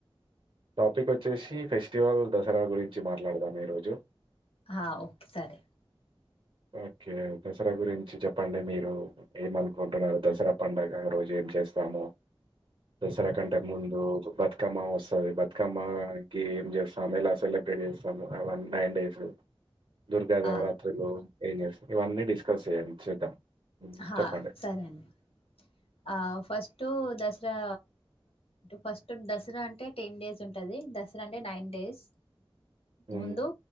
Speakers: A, on the right; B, on the left.
A: టాపిక్ వచ్చేసి ఫెస్టివల్ దసరా గురించి మాట్లాడదాం ఈరోజు
B: హా ఓకే సరే
A: ఓకే దసరా గురించి చెప్పండి మీరు ఏమ అనుకుంటున్నారు దసరా పండుగ రోజు చేస్తాము దసరా కంటే ముందు రోజు బతుకమ్మ వస్తది బతుకమ్మకిి ఏం చేస్తా మెలా సెలె ఒక దస నైన్ డేస్ దుర్గా దేవరాత్రులు
B: ఆ
A: ఏం చే ఇవన్నీ డిస్కస్ చెయ్యండి చేద్దాం ఉమ్,
B: హా
A: చెప్పండి
B: సరే అండి ఆ ఫస్ట్ దసరా ఫస్ట్ దసరా అంటే టెన్ డేస్ ఉంటది దసరా అంటే నైన్ డేస్
A: ఉమ్,
B: ముందు